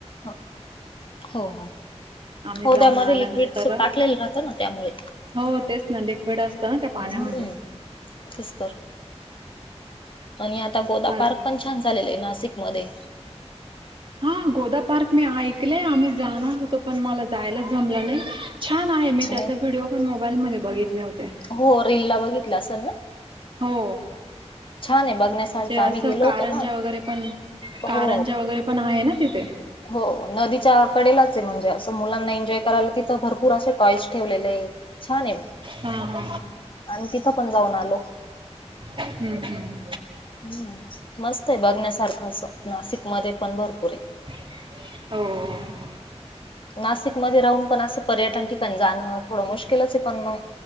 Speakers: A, on the left; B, on the right.
A: हो, हो, हो.
B: आम्ही
A: हो
B: जाऊन
A: त्यामध्ये
B: आल्यानंतर
A: लिक्विडच टाकलेलं राहतं ना त्यामुळे.
B: हो तेच. ना लिक्विड असतं ना त्या
A: हम्म.
B: पाण्यामध्ये.
A: तेच तर आणि आता गोदा
B: आज
A: पार्क पण छान झाले आहे नाशिक मध्ये.
B: हा गोदा पार्क मी ऐकलेय आम्ही जाणार होतो पण मला जायलाच जमला नाही. छान आहे मी त्याचा
A: नाही
B: व्हिडिओ पण मोबाईलमध्ये बघितले होते.
A: हो रिलला ला बघितलं असेल ना.
B: हो
A: छान आहे बघण्यासारखं
B: म्हणजे असं
A: आम्ही गेलो
B: कारंजा
A: होतो ना
B: वगैरे पण कारंजा
A: हो
B: वगैरे पण आहे ना. तिथे
A: हो नदीच्या कडेलाच म्हणजे असं मुलांना एन्जॉय करायला तिथं भरपू पुरासे टॉईस ठेवलेले आहे छान आहे.
B: हा हा
A: आणि तिथं पण जाऊन आलो.
B: हम्म हम्म
A: ह् मस्त आहे. बघण्यासारखा नाशिक मध्ये पण भरपूर आहे.
B: हो..
A: नाशिकमध्ये राहून पण असं पर्यटन ठिकाण जाणं थोडं मुश्किलच आहे पण मग?